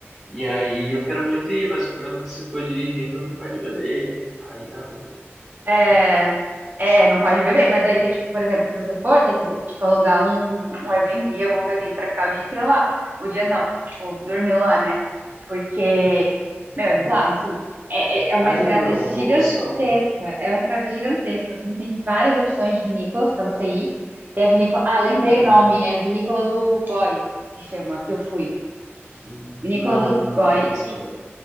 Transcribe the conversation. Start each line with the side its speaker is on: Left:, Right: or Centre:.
Centre: E aí eu quero muito ir, mas o problema é que se for dirigindo não pode beber. Aí dá ruim.
Right: É, é, não pode beber. Mas daí tem, tipo, por exemplo, se você for, tem que, tipo, alugar um, um Airbnb, alguma coisa aí pra ficar o dia inteiro lá. O dia não, tipo, dormir lá, né? Porque,
Centre: Hum,
Right: meu, é bizarro, assim. É, é, é uma
Centre: Aí,
Right: estrada
Centre: ó,
Right: gigantesca.
Centre: uma boa opção.
Right: É uma estrada gigantesca, assim. Tem várias opções de vinícolas pra você ir. Tem a vinícola. Ah, lembrei
Centre: Uhum.
Right: o nome. É Vinícola do Góis, que chama, que eu fui.
Centre: Hum,
Right: Vinícola
Centre: Não,
Right: do
Centre: não conheço
Right: Góis.
Centre: assim, não.